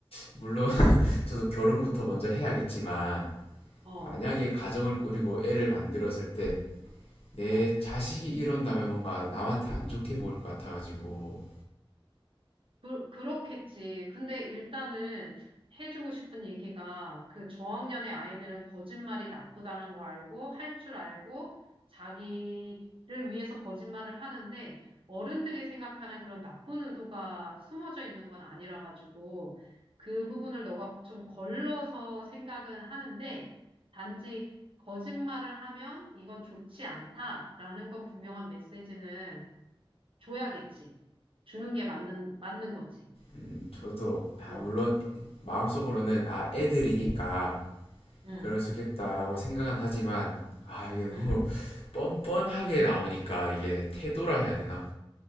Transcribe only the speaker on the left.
물론 <laughs> 저도 결혼부터 먼저 해야겠지만
만약에 가정을 꾸리고 애를 만들었을 때 내
자식이 이런다면 뭔가 남한테 안 좋게 보일 것 같아가지고
음, 저도 아,
물론 마음속으로는 아 애들이니까
그럴 수 있겠다라고 생각은 하지만 아 이게 너무
<laughs> 뻔뻔하게 나오니까 이게 태도라 해야 되나?